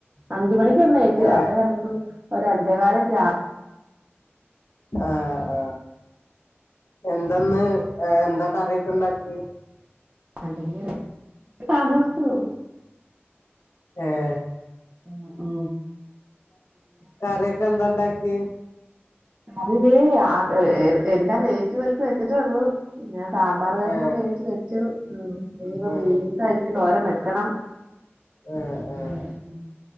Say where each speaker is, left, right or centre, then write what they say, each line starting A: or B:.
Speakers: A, on the right; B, on the left.
A: അഞ്ച മണിക്ക് തന്ന ഏറ്റു
B: ഏ
A: അപ്പ നമുക്ക് ഒ അഞ്ച കാലൊക്ക
B: ആഹ ആഹ എന്താന്ന് എന്തൊക്കെ അറിയൊക്കെ ഉണ്ടാക്കി
A: അല്ലിയ <unintelligible> പോകും
B: ആഹ
A: ആ ആ
B: കറിയൊക്കെ എന്താ ഉണ്ടാക്കി
A: അറില്ലേ ആ എല്ലാം വേച്ച് പറക്ക് വെച്ചിട്ടേ ഉള്ളു ഞാൻാ അറ്
B: ഏ
A: കഷണം വേച്ച് വെച്ച് ഇപ്പ
B: ഏ
A: വീത്ത തോരം വെക്കണം
B: ഏ ഏ
A: ഉം ഉം